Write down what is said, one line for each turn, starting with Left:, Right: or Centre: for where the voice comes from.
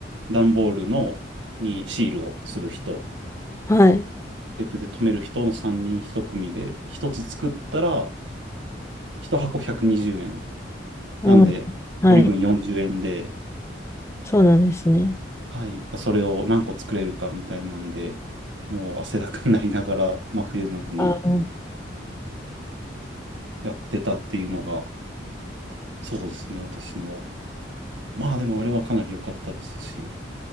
Right: 段ボールのにシールをする人、
Left: はい。
Right: テープで留める人の3人1組で、1つ作ったら、1箱120円。
Left: うん。
Right: なんで、
Left: はい。
Right: 取り分40円で、
Left: そうなんですね。
Right: はい、それを何個作れるかみたいなんで、もう汗だくになりながら、まあ冬なのに
Left: あー、
Right: やってたっていうのが、そうですね、私の。まあでもあれはかなり良かったですし、